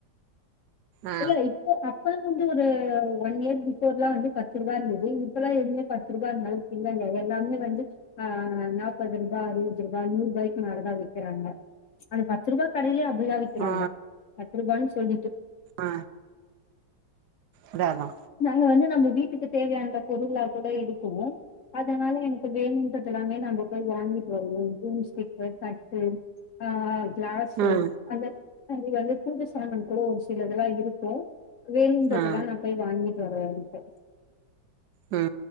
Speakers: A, on the right; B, on the left.
A: ஆ
B: இல்ல இப்போ அப்றோம் வந்து ஒரு ஒன் இயர் பிஃபோர்லாம் வந்து பத்து ருபா இருந்தது இப்பல்லா எதுமே பத்து ருபாஇருந்தால இல்ல எல்லாமே வந்து ஆஎன்னா பண்றீங்கனா அறுபது ரூபா நூறு ரூபாய்க்கு மேல தா விக்கிறாங்க அது பத்து ரூபாய் கடையிலயே அப்டிதா வக்கிறாங்க
A: ஆ
B: பத்து ரூபானு சொல்லிட்டு
A: ஆ அதாமா
B: நாங்க வந்து நம்ம வீட்டுக்கு தேவையான பொருளா கூட இருக்கு அதனால எனக்கு வேணுன்றது எல்லாமே நம்ம போய் வாங்கிட்டு வருவோம் ஜிம்ஸ்டிக் தட்டு ஆ கிளாஸ்
A: ம்
B: அந்த அது வந்து கூது சாமன் கூட ஒரு சிலதுல்லா இருக்கு வேணுன்றதெல்லா
A: ஆ
B: நா போய் வாங்கிட்டு வர்ற வரைக்கும்
A: ஆ